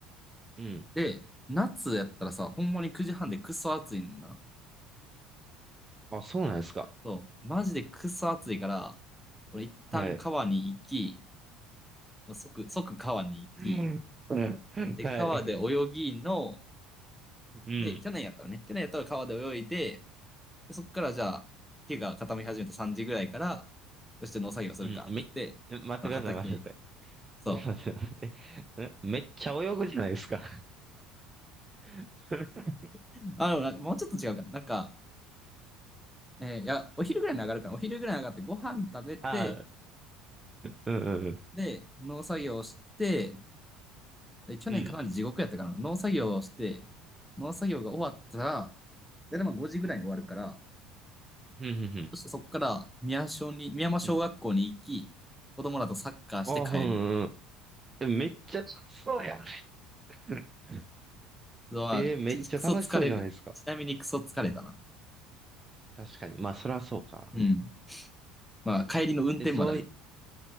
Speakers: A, on the right (about 20°); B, in the centre.
A: うん。
B: で、夏やったらさ、ほんまに9時半でクソ暑いねんな。
A: あ、そうなんですか。
B: そう、マジでクソ暑いから、俺一旦川に行き、
A: はい。
B: もう即、即川に行き、
A: うんうんはい。
B: で、川で泳ぎの、
A: うん。
B: で、去年やったらね、去年やったら川で泳いで、でそっからじゃあ、日が傾き始めた3時ぐらいから、よし、じゃあ農作業するか、
A: うん。め、
B: っつって、
A: え待ってください、
B: まあ畑に、
A: 待ってく
B: そ
A: ださい。待って待って。えめっちゃ泳ぐじゃないですか。<laughs>
B: う。あ、でもなんかもうちょっと違うかな。なんか、えーいや、お昼ぐらいに上がるから、お昼ぐらいに上がってご飯食べて、
A: ああ、うんうん
B: で、農作業して、で去年かなり地獄やったかな。
A: うん。うん。
B: 農作業をして、農作業が終わったら、だいたいまあ5時ぐらいに終わるから、
A: うんうん
B: そしてそこから宮小に、宮山小学校に行き、
A: うん。うん
B: 子供らとサッカーして帰る。
A: ああ、うんうんうん。えめっちゃ楽しそうやん。<laughs>
B: のは、
A: えーめっちゃ楽しそうじゃないですか。
B: ちクソ疲れる。ちなみにクソ疲れたな。
A: 確かに。まあ、そりゃそうか。
B: うん。まあ、帰りの運転まであるから。
A: え、そうい、